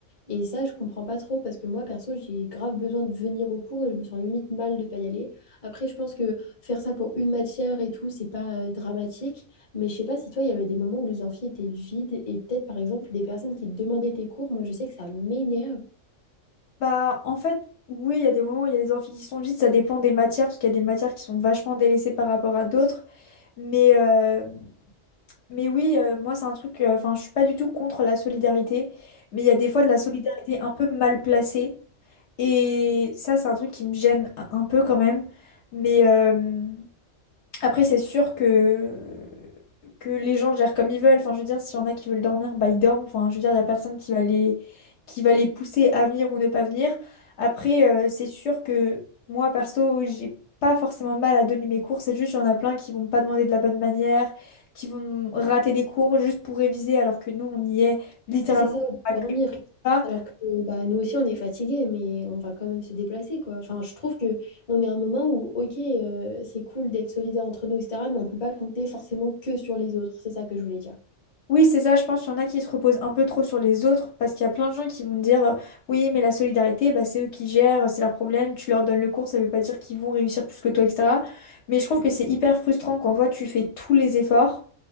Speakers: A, on the left; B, on the left.
A: Et ça, je comprends pas trop parce que moi, perso, j'ai grave besoin de venir au cours et je me sens limite mal de pas y aller. Après, je pense que faire ça pour une matière et tout, c'est pas euh, dramatique. Mais je sais pas si toi, il y avait des moments où les amphis étaient vides et peut-être, par exemple, des personnes qui te demandaient tes cours. Moi, je sais que ça m'énerve
B: Bah, en fait, oui, il y a des moments où il y a des amphis qui sont vides, ça dépend des matières, parce qu'il y a des matières qui sont vachement délaissées par rapport à d'autres. Mais, euh, mais oui, euh, moi, c'est un truc, euh, enfin, je suis pas du tout contre la solidarité, mais il y a des fois de la solidarité un peu mal placée. Et ça, c'est un truc qui me gêne un un peu quand même. Mais, euh, après, c'est sûr que... que les gens gèrent comme ils veulent. Enfin, je veux dire, s'il y en a qui veulent dormir, bah ils dorment. Enfin, je veux dire, il n'y a personne qui va les... qui va les pousser à venir ou ne pas venir. Après, euh, c'est sûr que moi, perso, j'ai pas forcément de mal à donner mes cours. C'est juste, il y en a plein qui vont pas demander de la bonne manière, qui vont rater des cours juste pour réviser, alors que nous, on y est littéralement.
A: Oui, c'est ça, on peut dormir.
B: pour
A: Alors que bah, nous aussi, on est fatigué, mais on va quand même se déplacer, quoi. Enfin, je trouve que on est à un moment où, OK, euh, c'est cool d'être solidaire entre nous, etc., mais on ne peut pas compter forcément que sur les autres. C'est ça que je voulais dire.
B: Oui, c'est ça, je pense qu'il y en a qui se reposent un peu trop sur les autres, parce qu'il y a plein de gens qui vont me dire, euh, oui, mais la solidarité, bah, c'est eux qui gèrent, c'est leur problème, tu leur donnes le cours, ça veut pas dire qu'ils vont réussir plus que toi, etc. Mais je trouve que c'est hyper frustrant quand toi, tu fais tous les efforts